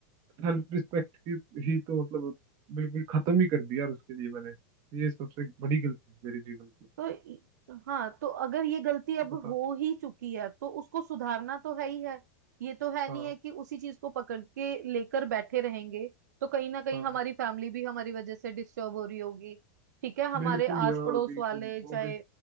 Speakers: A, on the right; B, on the right.
A: सेल्फ रिस्पेक्ट ही, ही तो मतलब बिल्कुल खत्म ही कर दिया यार उसके लिए मैंने ये सबसे बड़ी गलती है मेरे जीवन की
B: तो इ- हाँ तो अगर ये गलती अब
A: बता
B: हो ही चुकी है तो उसको सुधारना तो है ही है ये तो है
A: हाँ
B: नहीं है कि उसी चीज को पकड़ के लेकर बैठे रहेंगे तो कहीं ना कहीं
A: हाँ
B: हमारी फैमिली भी हमारी वजह से डिस्टर्ब हो रही होगी ठीक है हमारे
A: बिल्कुल
B: आस
A: यार
B: पड़ोस
A: बिल्कुल
B: वाले चाहे
A: वो भी